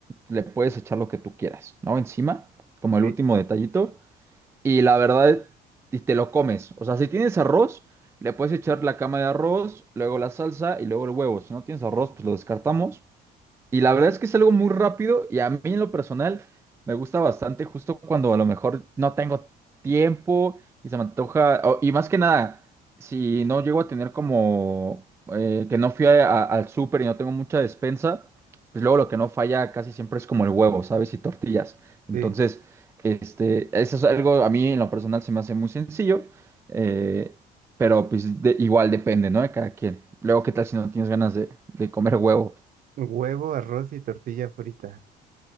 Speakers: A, on the right; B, on the right.
A: le puedes echar lo que tú quieras, ¿no? Encima, como el
B: ok.
A: último detallito. Y la verdad, y te lo comes. O sea, si tienes arroz, le puedes echar la cama de arroz, luego la salsa y luego el huevo. Si no tienes arroz, pues lo descartamos. Y la verdad es que es algo muy rápido y a mí en lo personal me gusta bastante justo cuando a lo mejor no tengo tiempo y se me antoja, o- y más que nada, si no llego a tener como eh, que no fui a- a- al súper y no tengo mucha despensa, pues luego lo que no falla casi siempre es como el huevo, ¿sabes? Y tortillas. Entonces,
B: Sí.
A: este, eso es algo a mí en lo personal se me hace muy sencillo, eh, pero pues de- igual depende, ¿no? De cada quien. Luego, ¿qué tal si no tienes ganas de de comer huevo?
B: Huevo, arroz y tortilla frita.